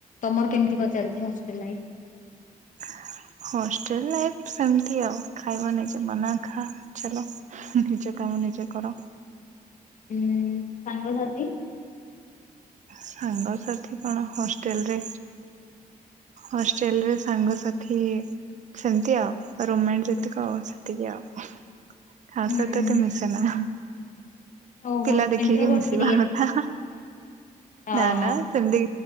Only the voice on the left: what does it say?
ତମର କେମିତି କଣ ଚାଲିଚି ହଷ୍ଟେଲ ଲାଈଫ୍?
ହୁଁ ସାଙ୍ଗ ସାଥି?
ହୁଁ
ଓହୋ
ଇଣ୍ଟ୍ରୋଭଟ
କି ଟିକେ?
ହଁ